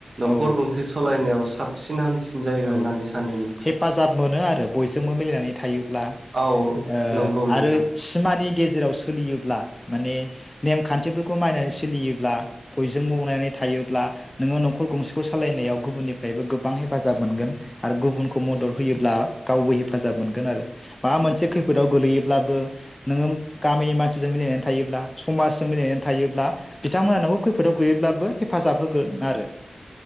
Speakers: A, on the right (about 55°); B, on the left (about 20°).
A: न'खर
B: औ
A: गंसे सालायनायाव साबसिन हामसिन जायो
B: औ
A: होननानै सानो नोंथां
B: हेफाजाब मोनो आरो बयजोंबो मिलायनानै थायोब्ला
A: औ
B: ओ
A: नंगौ नोंथां
B: आरो सिमानि गेजेराव सोलियोब्ला माने नेम खान्थिफोरखौ मानिनानै सोलियोब्ला बयजोंबो अनलायनानै थायोब्ला नोङो न'खर गंसेखौ सालायनायाव गुबुननिफ्रायबो गोबां हेफाजाब हेफाजाब मोनगोन आरो गुबुनखौ मदद होयोब्ला गावबो हेफाजाब मोनगोन आरो माबा मोनसे खैफोदाव गोलैयोब्लाबो नोङो गामिनि मानसिजों मिलायनानै थायोब्ला समाजजों मिलायनानै थायोब्ला बिथांमोनहा नोंखौ खैफोदाव गोलैयोब्लाबो हेफाजाब होगोन आरो